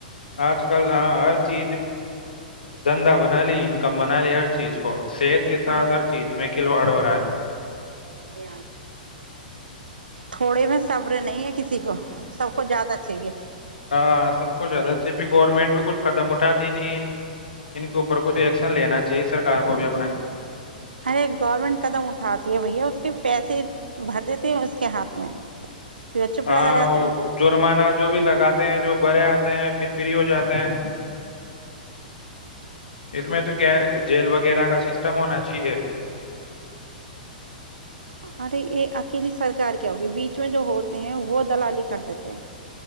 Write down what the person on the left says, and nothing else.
آج کل یہاں ہر چی دھندا بنا لی انکم بنا لی ہر چیز کو صحت کے ساتھ
ہر چیز میں کھلواڑ ہو رہا ہے
ہاں سب کچھ زیادہ <unintelligible> جہ گورنمنٹ بھی کچھ قدم اٹھاتی نہیں ان کے اوپر کچھ ایکشن لینا چاہیے سرکار کو بھی اپنا
ہاں
جرمانہ جو بھی لگاتے ہیں جو بھرے آتے ہیں پھر فری ہو جاتے ہیں اس میں تو کیا جیل وغیرہ کا سسٹم ہونا چاہیے